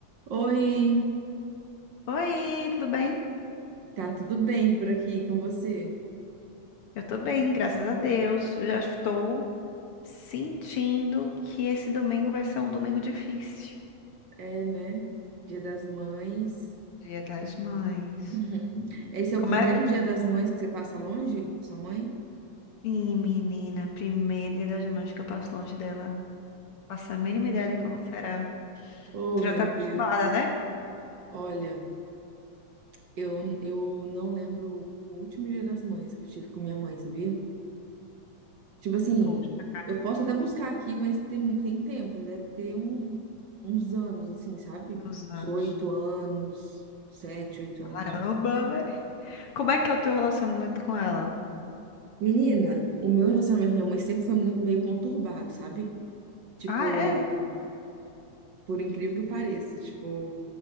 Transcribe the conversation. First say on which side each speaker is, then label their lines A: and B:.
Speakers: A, on the right; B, on the left.
A: Oi,
B: Oi, tudo bem?
A: tá tudo bem por aqui com você?
B: Eu tô bem, graças a Deus. Já estou sentindo que esse domingo vai ser um domingo difícil.
A: É, né? Dia das Mães.
B: Dia das Mães.
A: Uhum. Esse é
B: Como
A: o primeiro
B: é?
A: dia das mães que você passa longe da sua mãe?
B: Sim, menina, primeiro dia das mães que eu passo longe dela. Não faço a mínima
A: Entendi.
B: ideia de como será.
A: Oh,
B: Tu
A: meu
B: já tá acostumada,
A: Deus.
B: né?
A: Olha, eu, eu não lembro o último dia das mães que eu tive com minha mãe, sabia? Tipo assim,
B: Poxa,
A: eu posso até buscar aqui, mas tem, tem tempo, deve ter um, uns anos, assim, sabe?
B: uns anos.
A: Uns oito anos, sete, oito
B: Caramba,
A: anos.
B: velho. Como é que é o teu relacionamento com ela?
A: Menina, o meu relacionamento com minha mãe sempre foi muito meio conturbado, sabe? Tipo,
B: Ah, é?
A: por incrível que pareça, tipo,